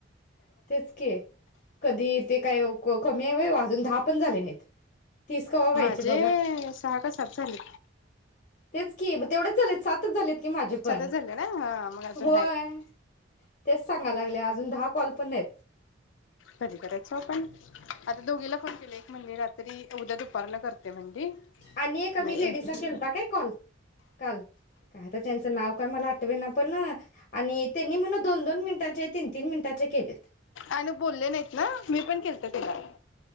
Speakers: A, on the left (about 45°); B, on the left (about 75°).
A: तेच की कधी ते काय कमी आहे व्हय व अजून दहा पण झाले नाहीत तीस कवा व्हायचे
B: माझे
A: बघा
B: सहा का सात झाले
A: तेच की तेवढेच झाले सातच झालेत की माझे पण
B: सातच झाले ना हा मग अजून
A: होय
B: आहेत.
A: तेच सांगाय लागलोय, अजून दहा कॉल पण नायत
B: कधी करायचो आपण आता दोघीला फोन केले एक म्हणली रात्री उद्या दुपारन करते म्हणली
A: आणि एका
B: नाही
A: मी लेडीज ला केल्ता काय कॉल. काल काय तर त्याचं ना काय मला आठवे ना पण न आणि त्यांनी म्हन दोन दोन मिनिटाचे तीन तीन मिनिटाचे केलेत.
B: आण बोलले नाहीत ना मी पण केलत तिला